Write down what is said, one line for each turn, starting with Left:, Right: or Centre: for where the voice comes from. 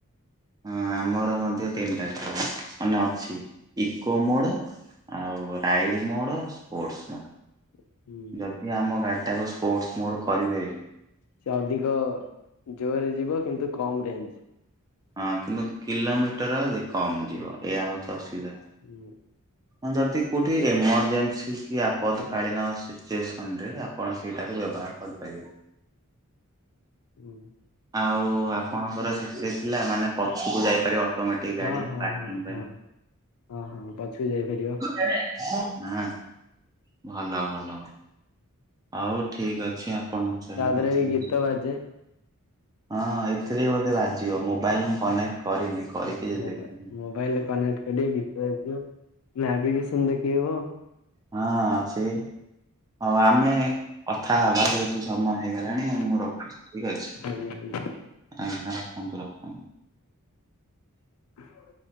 Right: ହଁ ଆମର ମଧ୍ୟ ତିନିଟା ଥିଲା ମାନେ ଅଛି ଇକୋ ମୋଡ ଆଉ ରାଇଡ ମୋଡ, ସ୍ପୋର୍ଟସ୍ ମୋଡ,
Left: ହୁଁ।
Right: ଯଦି ଆମ ଗାଡିଟାକୁ ସ୍ପୋର୍ଟସ୍ ମୋଡ କରିଦେବି
Left: ସେ ଅଧିକ ଜୋରରେ ଯିବ କିନ୍ତୁ କମ୍ ରେଞ୍ଜ।
Right: ହଁ କିନ୍ତୁ କିଲୋମିଟର କମ୍ ଯିବ, ଏୟା ହଉଛି ଅସୁବିଧା।
Left: ହୁଁ।
Right: ହଁ ଯଦି କୋଉଠି ଏମରଜେନ୍ସି କି ଆପଦ କଳୀନ ସିଚୁଏସନରେ କୌଣସିଟାକୁ ବ୍ୟବହାର କରିପାରିବେ।
Left: ହୁଁ
Right: ଆଉ ଆପଣଙ୍କର ସେଥିରେ ଥିଲା ମାନେ ପଛକୁ ଯାଇପାରିବ। ଅଟୋମୋଟିକ୍
Left: ହଁ
Right: ଗାଡି
Left: ହଁ
Right: ପାର୍କିଂ
Left: ହଁ ହଁ
Right: ପାଇଁ।
Left: ହଁ ହଁ ପଛକୁ ଯାଇ ପାରିବ।
Right: <inaudible> ଭଲ ଭଲ। ଆଉ ଠିକ୍ ଅଛି। ଆପଣଙ୍କ ସାଙ୍ଗରେ
Left: ତା ଦେହରେ
Right: କଥା
Left: ବି
Right: ହେଇକି?
Left: ଗୀତ ବାଜେ।
Right: ହଁ ଏଇ ଏଥିରେ ବି ବୋଧେ ବାଜିବ, ମୋବାଇଲ ମୁଁ କନେକ୍ଟ କରିନି। କରିକି
Left: ମୋ-ମୋବା-ମୋବାଇଲରେ
Right: ଦେଖିବି।
Left: କନେକ୍ଟ କରି ଗୀତ ବାଜିବ ନାଭିଗେସନ୍ ଦେଖେଇବ।
Right: ହଁ ଅଛି। ହଁ ଆମେ କଥା ହବା ଯେହେତୁ ସମୟ ହେଇଗଲାଣି
Left: ଆଜ୍ଞା
Right: ମୁଁ ରଖୁଛି। ଠିକ୍ ଅଛି।
Left: ଆଜ୍ଞା ଆଜ୍ଞା।
Right: ଆଜ୍ଞା ରଖନ୍ତୁ। ରଖନ୍ତୁ।
Left: ହଉ।